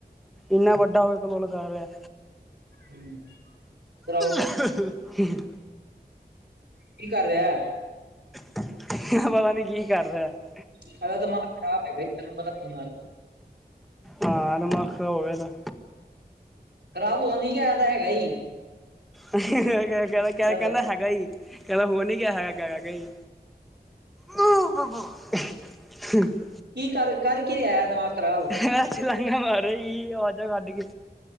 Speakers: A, in the centre; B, on the right.
A: ਇੰਨਾ ਵੱਡਾ ਹੋਏ। ਕਲੋਲ ਕਰ ਰਿਹਾ
B: ਹੂੰ, ਕਰਾਓ।
A: <unintelligible>
B: ਕੀ ਕਰ ਰਿਹਾ।
A: ਪਤਾ ਨੀ, ਕੀ ਕਰ ਰਿਹਾ ਆ।
B: ਇਹਦਾ ਦਿਮਾਗ, ਖਰਾਬ ਹੈਗਾ ਹੀ। ਤੇਨੂੰ ਪਤਾ ਨ ਬਿਮਾਰ।
A: ਹਾਂ, ਦਿਮਾਗ ਖਰਾਬ ਹੋ ਗਿਆ ਇਹਦਾ।
B: ਖਰਾਬ ਹੋ ਨੀ ਗਿਆ, ਐਦਾ ਹੈਗਾ ਹੀ।
A: ਕਹਿੰਦਾ- ਕਹਿੰਦਾ,
B: ਜਦ
A: ਹੈਗਾ ਹੀ। ਕਹਿੰਦਾ ਹੋ ਨੀ ਗਿਆ ਹੈਗਾ- ਹੈਗਾ ਹੀ। ਹ ਬ ਬ <unintelligible>
B: ਕੀ ਕਰ, ਕਰ ਕੀ ਰਿਹਾ ਹੈ। ਦਿਮਾਗ ਖਰਾਬ।
A: ਕਿਹਾ ਰਿਹਾ ਹੈ, ਛਲਾਂਘਾ ਮਾਰ ਰਿਹਾ ਸੀ, ਆਵਾਜ਼ਾਂ ਕੱਢ ਕੇ।